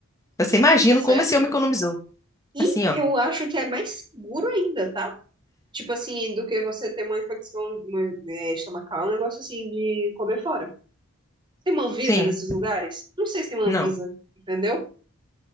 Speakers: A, on the left; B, on the right.
A: Você imagina
B: Tá certo?
A: como esse homem economizou.
B: E
A: Assim, ó.
B: eu acho que é mais seguro ainda, tá? Tipo assim, do que você ter uma infecção uma, é, estomacal, um negócio assim de comer fora. Tem uma Anvisa
A: Sim,
B: nesses lugares? Não sei se tem uma
A: não.
B: Anvisa, entendeu?